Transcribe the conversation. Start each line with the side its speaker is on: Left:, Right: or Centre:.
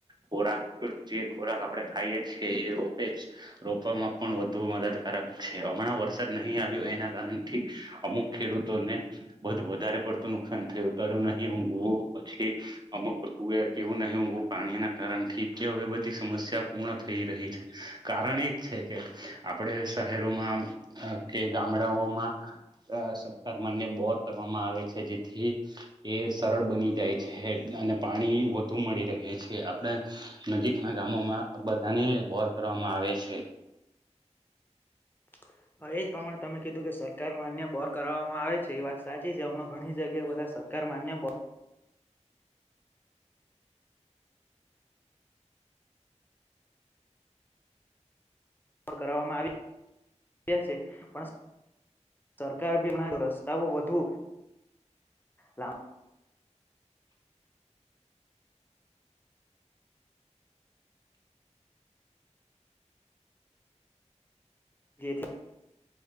Right: ખોરાક જે ખોરાક આપડે ખાઈએ છીએ એ રોપે જ રોપવામાં પણ વધુ મદદ હમણાં વરસાદ નહીં આવ્યો એના કારણથી અમુક ખેડૂતોને બધ વધારે પડતું નુકસાન થયું તર નહી ઊંઘવો પછી અમક તુંર કેવું નહી ઊંઘવ પાણીના કારણ થી તે હવે બધી સમસ્યા પૂર્ણ થઈ રહી છે કારણ એજ છે કે આપડે શહેરોમાં કે ગામડાઓમાં સરકાર માન્ય બોર કરવામાં આવે છે જેથી એ સરળ બની જાય છે અને પાણી વધુ મળી રહે છે આપણા નજીકના ગામોમાં બધાને બોર કરવામાં આવે છે
Left: <inaudible> હા એજ પ્રમાણે તમે કીધું કે સરકારમાં અન્ય બોર કરાવવામાં આવે છે એ વાત સાચી છે હમણાં ઘણી જગ્યાએ વ સરકાર માન્ય બો કરવામાં આવી છે પણ સરકાર બી હમણાં રસ્તાઓ વધુ લા જેથી